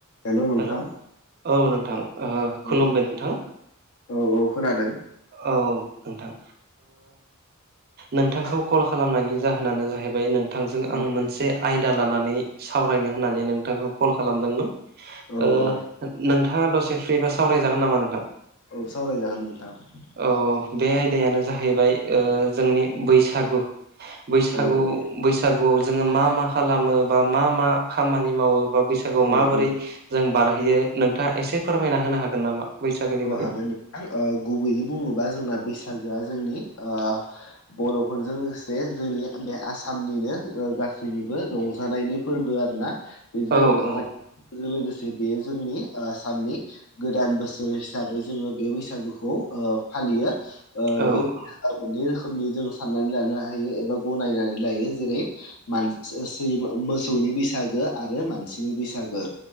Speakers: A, on the left; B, on the right.
A: हेल' नोंथां
B: हेलौ औ नोंथां ओ
A: औ
B: खुलुमबाय नोंथां
A: औ औ खोनादों
B: औ नोंथां नोंथांखौ कल खालामनायनि जाहोनानो जाहैबाय नों थांजों
A: औ
B: आं मोनसे आयदा लानानै सावरायनो होननानै नोंथांखौ कल खालामदोंमोन
A: औ
B: ओ
A: औ
B: नोंथांङा दसे फ्रिबा सावरायजागोन नामा? नोंथां
A: औ सावराय जागोन नोंथां।
B: औ बे आयदायानो जाहैबाय ओ जोंनि बैसागु बैसागु
A: औ औ
B: बैसागुआव जोंङो मा मा खालामो बा मा मा खामानि मावो बैसागुआव
A: औ
B: माबोरै
A: औ
B: जों बारहोयो नोंथांङा एसे फोरमायना होनो हागोन नामा? बैसागोनि
A: औ
B: बागै
A: हागोन नोंथां ओ गुबैयै बुंङोबा जोंना बैसागोआ जोंनि ओ बर'फोरजों लोगोसे जोंनि बे आसामनिनो गासैनिबो रंजानायनि फोरबो आरो ना बेजों
B: औ
A: रंजानायजों
B: औ
A: लोगोसे बेयो जोंनि आसामनि गोदान बोसोर सोर हिसाबै जोंङो बे बैसागुखौ ओ फालियो
B: औ
A: बे मोननै रोखोमनि जों साननानै लानो हायो एबा गनायनानै लायो जेरै मान ओ सैमा ओ मोसौनि बैसागो आरो मानसिनि बैसागो